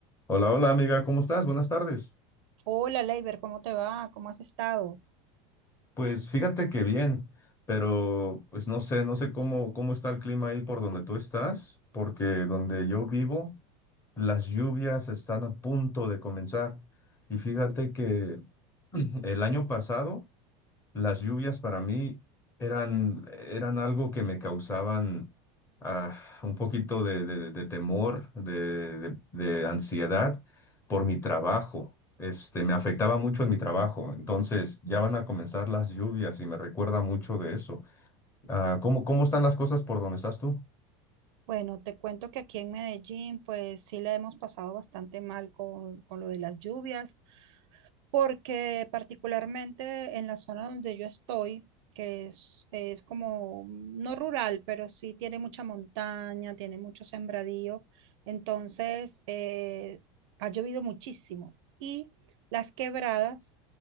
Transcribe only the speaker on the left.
Hola, hola amiga, ¿cómo estás? Buenas tardes.
Pues fíjate que bien, pero pues no sé, no sé cómo, cómo está el clima ahí por donde tú estás, porque donde yo vivo, las lluvias están a punto de comenzar. Y fíjate que <clears throat> el año pasado Las lluvias para mí eran, eran algo que me causaban ah, un poquito de, de- de temor, de, de- de ansiedad por mi trabajo. Este, me afectaba mucho en mi trabajo. Entonces, ya van a comenzar las lluvias y me recuerda mucho de eso. Ah, ¿cómo, cómo están las cosas por donde estás tú?